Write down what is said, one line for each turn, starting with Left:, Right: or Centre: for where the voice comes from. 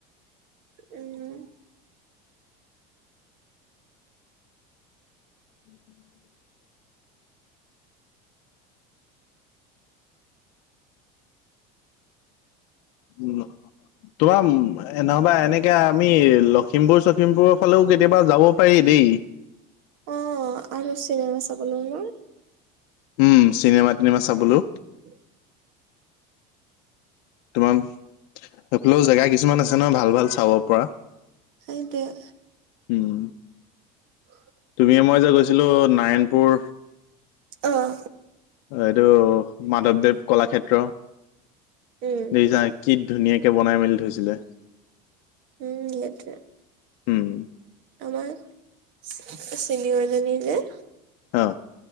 Right: উম।
Left: উ <inaudible> উম, তোমাৰ এম নহ'বা এনেকে আমি লখিমপুৰ- চখিমপুৰৰ ফালেও কেতিয়াবা যাব পাৰি দেই?
Right: অ আৰু চিনেমা চাবলে ন।
Left: উম চিনেমা তিনেমা চাবলৈও।
Right: <inaudible>
Left: তোমাৰ সেই ফালেও জেগা কিছুমান আছে নহয় ভাল ভাল চাব পৰা।
Right: সেইটোৱে।
Left: উম
Right: <inaudible>
Left: তুমি মই যে গৈছিলোঁ নাৰায়ণপুৰ
Right: অহ
Left: এইটো মাধৱদেৱ কলাক্ষেত্ৰ,
Right: উম
Left: দেখিছা কি ধুনীয়াকে বনাই মেলি থৈছিলে।
Right: উম, সেইটোৱে।
Left: উম
Right: আমাৰ চিনিয়ৰজনী যে
Left: অ।